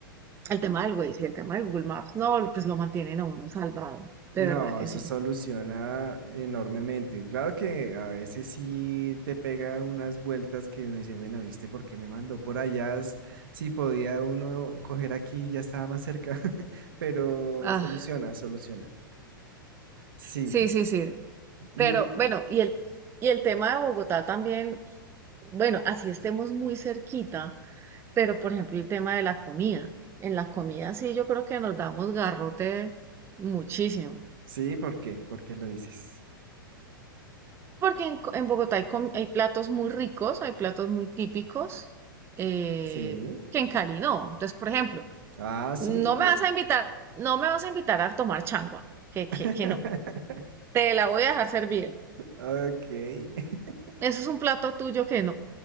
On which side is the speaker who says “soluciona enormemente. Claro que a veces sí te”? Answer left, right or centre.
Right